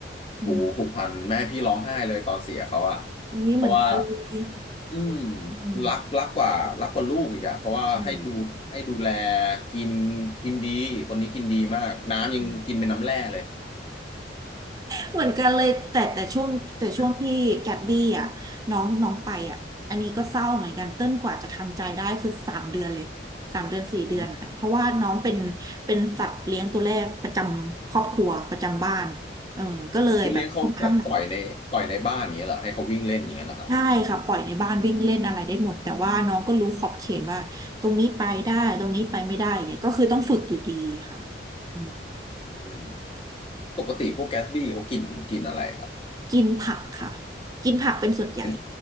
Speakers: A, on the right; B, on the left.
A: อืม
B: หูผูกพันแม่พี่ร้องไห้เลยตอนเสียเขาอ่ะ
A: อุ้ยเหมือนกันเลย
B: เพราะว่าอืม
A: อืม
B: รักรักกว่ารักกว่าลูกอีกอ่ะเพราะว่าให้ดูให้ดูแล
A: ใช่ค่ะ
B: กินกินดีคนนี้กินดีมากน้ำยังกินเป็นน้ำแร่เลย
A: อืมเหมือนกันเลยแต่แต่ช่วงแต่ช่วงที่แกบบี้อ่ะน้องน้องไปอ่ะอันนี้ก็เศร้าเหมือนกันเต้นกว่าจะทำใจได้คือสามเดือนเลยสามเดือนสี่เดือนอะเพราะว่าน้องเป็นเป็นสัตว์เลี้ยงตัวแรกประจำครอบครัวประจำบ้านเออก็เลยแบบค่อนข้างหนัก
B: อืม <laughs> ครับ คือเลี้ยงเขาแบบปล่อยในปล่อยในบ้านนี้ยเหรอให้เขาวิ่งเล่นนี้ยเหรอครับ
A: ใช่ค่ะปล่อยในบ้านวิ่งเล่นอะไรได้หมดแต่ว่าน้องก็รู้ขอบเขตว่าตรงนี้ไปได้ตรงนี้ไปไม่ได้เนี่ยก็คือต้องฝึกอยู่ดีค่ะอืม
B: อืมปกติพวกแกสบี้เขากินกินอะไรครับ
A: กินผักค่ะกินผักเป็นส่วนใหญ่
B: เป็น